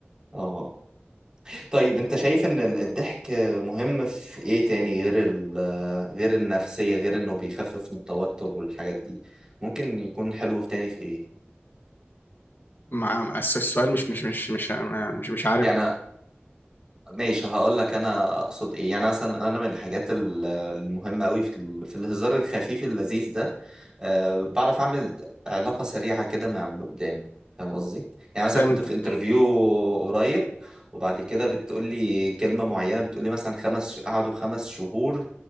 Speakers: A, on the right (about 20°); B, on the left (about 55°).
A: اه طيب انت شايف ان ال- الضحك مهم في ايه تاني غير ال غير النفسية غير انه بيخفف من التوتر والحاجات دي ممكن يكون حلو في تاني في ايه
B: مع الس- السؤال مش مش مش مش مش مش عارف
A: يعني ماشي هقول لك انا اقصد ايه يعني مثلا انا من الحاجات ال- المهمه قوي في ال- في الهزار الخفيف اللذيذ ده أه بعرف اعمل علاقه سريعه كده مع اللي قدامي فاهم قصدي يعني
B: فهمتك
A: مثلا كنت في انترفيو قريب وبعد كده بتقول لي كلمه معينه بتقول لي مثلا خمس قعدوا خمس شهور